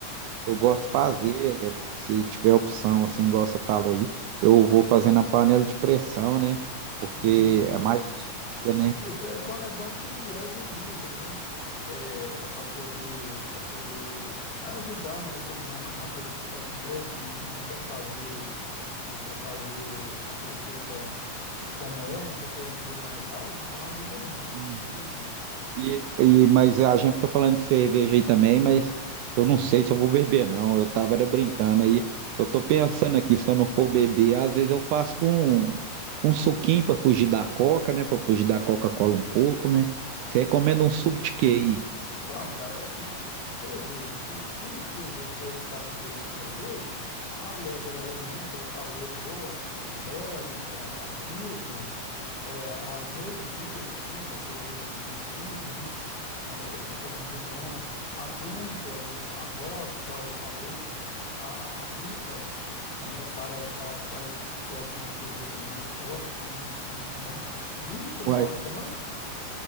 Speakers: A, on the right; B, on the left.
A: eu
B: É.
A: gosto de fazer. é, Se tiver opção, assim, igual você falou aí, eu vou fazer na panela de pressão, né? Porque
B: Isso,
A: é mais rápida,
B: isso é bom, é bom que agiliza, né? É, é para poder, para poder ajudar, né, a cozinhar mais rápido. Às vezes você está com pressa, não, não quer fazer, não quer fazer a receita como é, né? Você quer um trem mais ágil, então ajuda muito,
A: né?
B: ajuda muito.
A: E E, mas a gente fica falando de cerveja aí também, mas eu não sei se eu vou beber, não. Eu tava era brincando aí. Eu tô pensando aqui, se eu não for beber, às vezes eu faço com, com um suquinho pra fugir da Coca, né? Pra fugir da Coca-Cola um pouco, né? Você recomenda
B: Então,
A: um suco de quê aí?
B: Então, cara, aqui, cerveja. Se, se, se você optar por beber cerveja, a Lager alemã, igual eu falei, é boa. As Helles, a- as Pilsner, eh, as Weissbier também, que é cerveja de trigo, né? Ah, eh, fica muito bom. A Dunkel, é a Bock, igual eu falei, a, as IPA, né? Para, para, para isso que gostam de uma cerveja mais forte também, fica muito bom. Vinho, você não
A: Uai,
B: gosta, não?